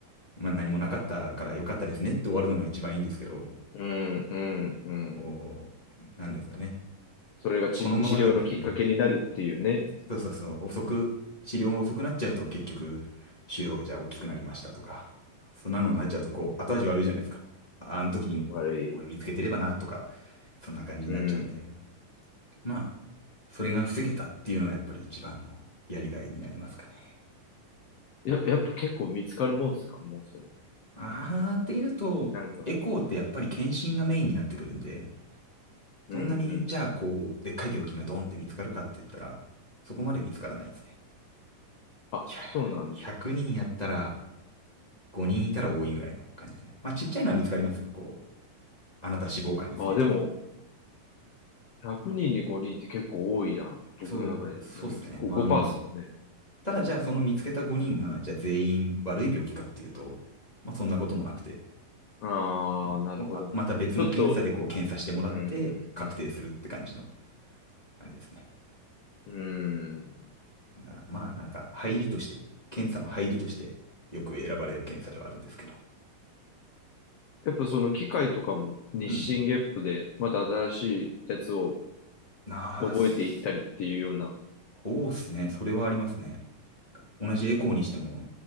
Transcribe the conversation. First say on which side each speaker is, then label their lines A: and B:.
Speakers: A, on the left (about 20°); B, on the left (about 75°).
A: まあ何もなかったから良かったですねって終わるのが一番いいんですけど、
B: うん、うん、うん。
A: こう、なんですかね。
B: それがち、
A: このままだったらね、
B: 治療のきっかけになるっていうね。
A: そうそうそう、遅く、治療が遅くなっちゃうと結局、腫瘍がじゃあ大きくなりましたとか、そんなのになっちゃうとこう後味悪いじゃないですか。
B: そうだね。
A: ああの時に俺見つけてればなとか、
B: 悪い。
A: そんな感じになっちゃうんで。
B: うん。
A: まあ、それが防げたっていうのがやっぱり一番のやりがいになりますかね。
B: や、やっぱ結構見つかるもんっすかもうそう。
A: あーっていうと、
B: うん。なんか、
A: エコーってやっぱり検診がメインになってくるんで、
B: うん、
A: そんなに、
B: うん。
A: じゃあこう、でっかい病気がドンって見つかるかって言ったら、そこまで見つからないですね。
B: あ、
A: いや、
B: そうなんだ。
A: 100人やったら5人いたら多いぐらいの感じですね。まあちっちゃいのは見つかりますよ。こう、あなた脂肪肝ですねとか。
B: あ、でも、100人に5人って結構多いな。僕の中でイメージ。
A: そう、そうですね。
B: こう5%
A: まあまあ。
B: ですもんね。
A: ただじゃあその見つけた5人が、じゃあ全員悪い病気かっていうと、まあそんなこともなくて、
B: ああ、
A: うんをあまた別の検査でこう検査してもらって確定するって感じの
B: なるほど、なるほど。ちょっと、うん、うん、うん。
A: あれですね。
B: うん。
A: だからまあなんか入りとして、検査の入りとしてよく選ばれる検査ではあるんですけど。
B: やっぱその機械とかも日進月歩でまた新しいやつを
A: うん。なあ、
B: 覚えていったりっていうような。
A: そうっすね。それはありますね。同じエコーにしても、
B: うん。